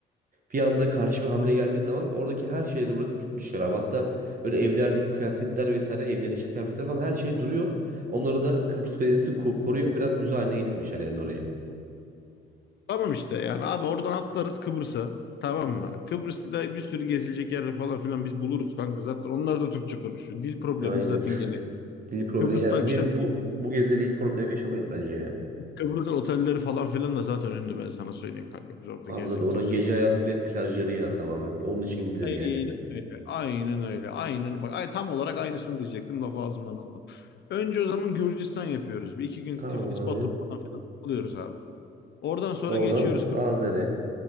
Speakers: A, on the right (about 45°); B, on the left (about 60°).
A: Bir anda karşı bir hamle geldiği zaman oradaki her şeyleri bırakıp gitmişler abi. Hatta böyle evlerdeki kıyafetler vesaire evlerin içi kıyafetler falan her şey duruyor. Onları da Kıbrıs Belediyesi ko- koruyor. Biraz müze haline getirmişler yani orayı.
B: Tamam işte yani abi oradan atlarız Kıbrıs'a. Tamam mı? Kıbrıs'ta bir sürü gezilecek yer falan filan biz buluruz kanka. Zaten onlar da Türkçe konuşuyor. Dil problemimiz
A: Aynen.
B: zaten gene.
A: <laughs> Dil problemi
B: Kıbrıs'ta
A: yani
B: akşam
A: bu gez bu bu gezde dil problemi yaşamayız bence ya.
B: Kıbrıs'ın otelleri falan filan da zaten ünlü ben sana söyleyeyim kanka. Biz orada
A: Abla
B: gezecek,
A: da oranın
B: tozacak.
A: gece hayatı ve plajları ya tamamen. Onun için gidilir
B: Aynen
A: yani.
B: öyle. Aynen öyle. Aynen. Bak, ay, tam olarak aynısını diyecektim. Lafı ağzımdan aldım. Önce o zaman Gürcistan yapıyoruz. Bir iki gün
A: Tamam
B: Tiflis,
A: abi.
B: Batum falan filan takılıyoruz abi. Oradan sonra
A: Oradan
B: geçiyoruz
A: Nazilli'ye.